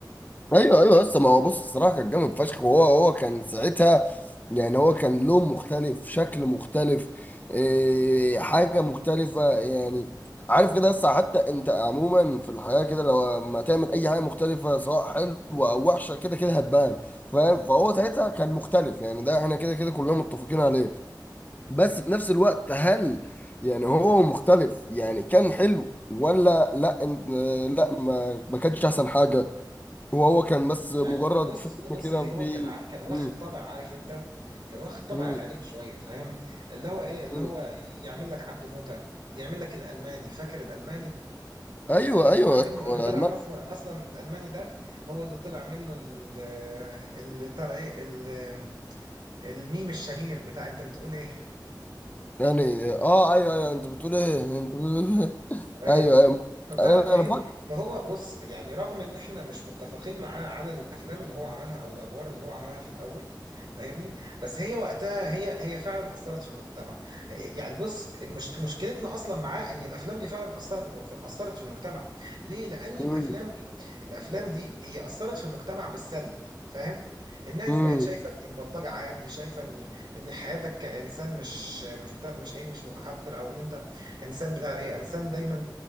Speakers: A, on the left (about 20°); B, on the right (about 85°).
A: ايوه ايوه بس ما هو بص الصراحه كان جامد فشخ وهو هو كان ساعتها يعني هو كان لون مختلف شكل مختلف إيه حاجه مختلفه يعني عارف كده بس حتى انت عموما في الحياه كده لو ما تعمل اي حاجه مختلفه سواء حلوه او وحشه كده كده هتبان فاهم فهو ساعتها كان مختلف يعني ده احنا كده كده كلنا متفقين عليه بس في نفس الوقت هل يعني هو مختلف يعني كان حلو ولا لا إن- آه، لا ما ما كانش احسن حاجه وهو كان بس مجرد
B: يعني بص
A: فيلم
B: بص
A: كده
B: ايه
A: فيه
B: هو كان ع- كان واخد
A: مم.
B: طبع عارف انت كان واخد طبع
A: مم.
B: غريب شويه فاهم اللي هو ايه اللي
A: مم.
B: هو إيه، يعمل لك عبده موته يعمل لك الالماني فاكر الالماني
A: ايوه
B: أيوة، اللي
A: ايوه
B: طلع
A: أصل
B: منه اللي
A: هو
B: طلع
A: الم-
B: اصلا اصلا الالماني ده هو اللي طلع منه ال- اللي طلع ايه ال- الميم الشهير بتاع انت بتقول ايه
A: يعني اه ايوه ايوه انت بتقول ايه انت بتقول ايه <laughs>
B: ايوه
A: ايوه ايوه
B: فبتعرف
A: انا
B: ايه
A: انا فاكر
B: فهو بص يعني رغم ان احنا مش متفقين معاه على الافلام اللي هو عملها او الادوار اللي هو عملها في الاول فاهمني بس هي وقتها هي هي فعلا اثرت في المجتمع يعني بص المش... مشكلتنا اصلا معاه ان الافلام دي فعلا اثرت م... اثرت في المجتمع ليه لان الافلام
A: مم.
B: دي الافلام دي هي اثرت في المجتمع بالسلب فاهم الناس
A: مم.
B: بقت شايفه ان البلطجه عادي شايفه ان ان حياتك كانسان مش مش بتاع ده مش ايه مش متحضر او ان انت انسان بتاع ايه انسان دايما